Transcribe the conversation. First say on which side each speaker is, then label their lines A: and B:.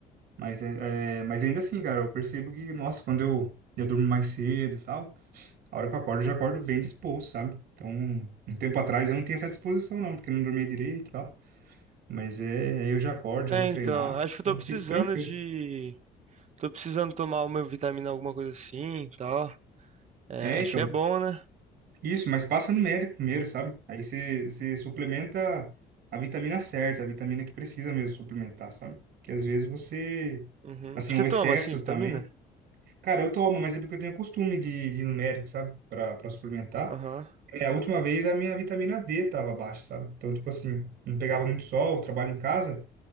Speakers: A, on the right; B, on the right.
A: Mas, é, é, mas ainda assim, cara, eu percebo que, nossa, quando eu, eu durmo mais cedo e tal, a hora que eu acordo, eu já acordo bem disposto, sabe? Então, um tempo atrás eu não tinha essa disposição, não, porque eu não dormia direito e tal. Mas é, aí eu já acordo,
B: É,
A: já vou
B: então,
A: treinar,
B: acho que
A: então
B: eu tô precisando
A: fico tranquilo.
B: de Tô precisando tomar uma vitamina, alguma coisa assim, e tal. É,
A: É,
B: acho
A: então,
B: que é bom, né?
A: Isso, mas passa numérico primeiro, sabe? Aí você você suplementa a vitamina certa, a vitamina que precisa mesmo suplementar, sabe? Que às vezes você,
B: Uhum.
A: assim,
B: Você
A: o
B: toma,
A: excesso
B: assim, vitamina?
A: também. Cara, eu tomo, mas é porque eu tenho costume de, de numérico, sabe? Pra, pra suplementar.
B: Aham.
A: é a última vez a minha vitamina D tava baixa, sabe? Então, tipo assim, não pegava muito sol, eu trabalho em casa.